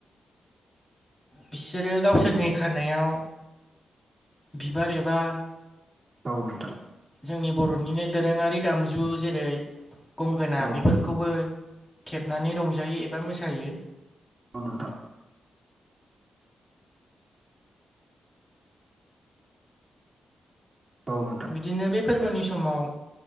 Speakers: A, on the left; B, on the right.
A: बिसोरो गावसोरनि खारनायाव बिबार एबा
B: औ नोंथां
A: जोंनि बर'निनो दोरोङारि दामजु जेरै गंगोना
B: औ नोंथां औ
A: बेफोरखौबो थेबनानै रंजायो एबा मोसायो।
B: औ नोंथा। औ। नोंथां
A: बिदिनो बे फोरबोनि समाव